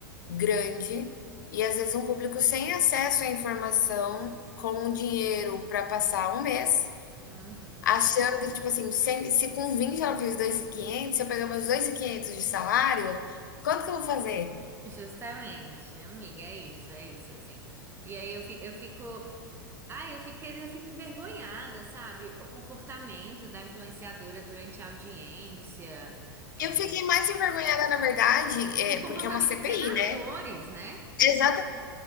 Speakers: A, on the left; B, on the right.
A: grande e às vezes um público sem acesso à informação, com um dinheiro para passar um mês,
B: uhum.
A: achando que, tipo assim, sem- se com 20 ela e quinhentos se eu pegar meus 2.500 de salário, quanto que eu vou fazer?
B: Justamente, amiga, é isso, é isso, assim. E aí eu fico, eu fico, ai, eu fiquei, eu fico envergonhada, sabe? O comportamento da influenciadora durante a audiência, é,
A: Eu fiquei mais envergonhada, na verdade, é,
B: o comportamento
A: porque é uma CPI,
B: dos senadores,
A: né?
B: né?
A: Exatamente.